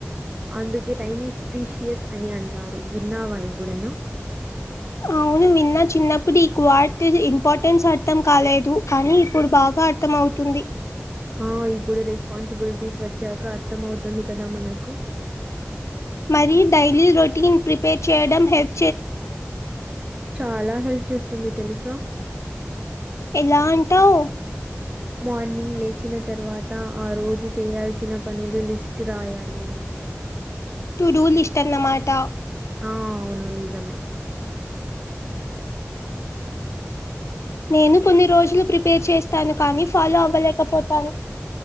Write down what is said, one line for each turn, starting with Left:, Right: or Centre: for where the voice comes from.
Right: అందుకే టైమ్ ఈస్ ప్రీషియస్ అని అంటారు విన్నావా ఎప్పుడ అయినా
Left: అవును విన్నా చిన్న అప్పుడు ఈక్వార్ట్ ఇంపార్టెన్స్ అర్థం కాలేదు కానీ ఇప్పుడు బాగా గా అర్థం అవుతుంది
Right: ఆ ఇప్పుడు రెస్పాన్సిబిలిటీస్ వచ్చాక అర్థం అవుతుంది కదా మనకు
Left: మరి డైలీ రొటీన్ ప్రిపేర్ చేయడం హెల్త్
Right: చాలా హెల్ప్ చేస్తుంది తెలుసా
Left: ఎలా అంటావు
Right: మార్నింగ్ లేచిన తర్వాత ఆ రోజు చేయాల్సిన పనులు లిస్ట్ రాయాలి
Left: టూ డూ లిస్ట్ అన్నమాట
Right: ఆ అవును నిజమే <inaudible>
Left: నేను కొన్ని రోజులు ప్రిపేర్ చేస్తాను కానీ ఫాలో అవ్వలేకపోతాను